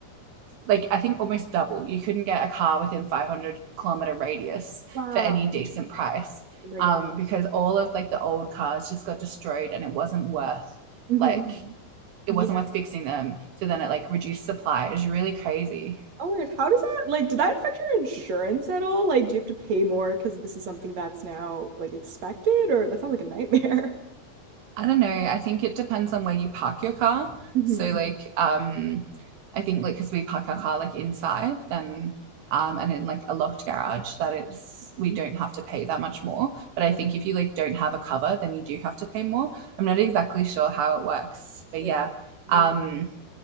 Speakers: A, on the right (about 75°); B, on the right (about 45°).
A: like i think almost double you couldn't get a car within 500 kilometer radius
B: Wow.
A: for any decent price
B: Oh my
A: um
B: God.
A: because all of like the old cars just got destroyed and it wasn't worth
B: hmm
A: like it
B: Yeah.
A: wasn't worth fixing them so then it like reduced supply it was really crazy
B: Oh my God. How does that like, did that affect your insurance at all? Like, do you have to pay more because this is something that's now like expected, or that sounds like a nightmare?
A: I don't know. I think it depends on where you park your car.
B: <laughs> hmm
A: So like um I think like because we park our car like inside then um and in like a locked garage that is we
B: Mm,
A: don't have to pay that much more. But I
B: Right.
A: think if you like don't have a cover then you do have to pay more. I'm not exactly sure how it works. But
B: Okay.
A: yeah.
B: Yes.
A: Um